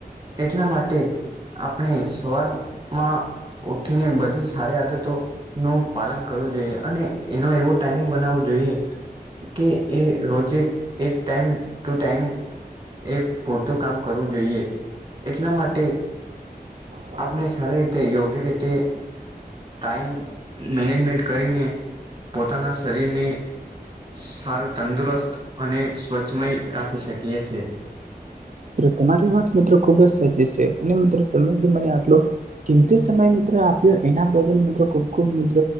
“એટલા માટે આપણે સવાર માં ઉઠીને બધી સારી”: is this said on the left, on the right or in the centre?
Right